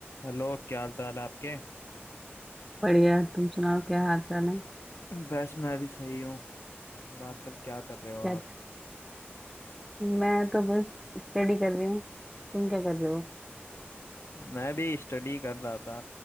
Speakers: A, on the left; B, in the centre.
A: Hello क्या हाल चाल है आपके
B: बढ़िया तुम सुनाओ क्या हाल चाल है
A: बस मैं भी सही हूँ और आजकल क्या कर रहे हो
B: क्या
A: आप
B: मैं तो बस स्टडी कर रही हूँ तुम क्या कर रहे हो
A: मैं भी स्टडी कर रहा था